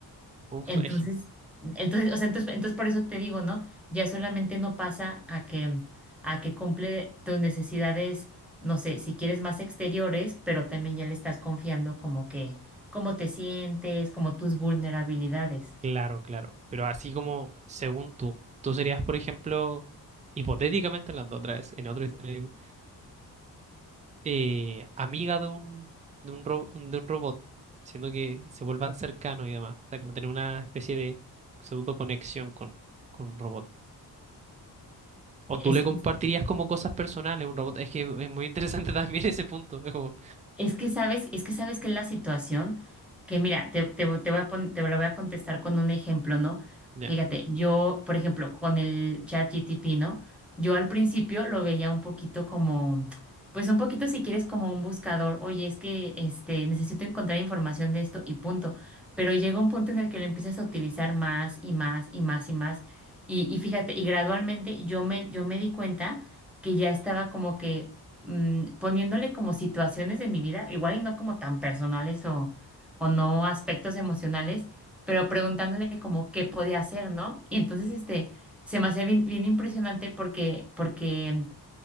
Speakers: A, on the right (about 20°); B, in the centre.
A: Uf,
B: Entonces,
A: es-
B: entonces, o sea, entonces, entonces por eso te digo, ¿no? Ya solamente no pasa a que, a que cumple tus necesidades, no sé, si quieres más exteriores, pero también ya le estás confiando como que, cómo te sientes, como tus vulnerabilidades.
A: claro, claro. Pero así como según tú, tú serías, por ejemplo, hipotéticamente hablando otra vez, en otro escenario eh, amiga de un, de un, ro- de un robot, siendo que se vuelvan cercanos y demás, o sea, como tener una especie de pseudo conexión con, con un robot. O
B: Es
A: tú le
B: que
A: compartirías como cosas personales a un robot. Es que es muy interesante <laughs> también ese punto. Es como,
B: Es que sabes, es que sabes que es la situación que mira, te, te, te voy a pon- te lo voy a contestar con un ejemplo, ¿no?
A: ya.
B: Fíjate, yo, por ejemplo, con el chat GTP, ¿no? Yo al principio lo veía un poquito como, pues un poquito si quieres como un buscador, oye, es que este, necesito encontrar información de esto y punto. Pero llega un punto en el que lo empiezas a utilizar más y más y más y más. Y, y fíjate, y gradualmente yo me, yo me di cuenta que ya estaba como que mm, poniéndole como situaciones de mi vida, igual y no como tan personales o, o no aspectos emocionales, pero preguntándole como qué podía hacer, ¿no? Y entonces, este, se me hacía bien, bien impresionante porque, porque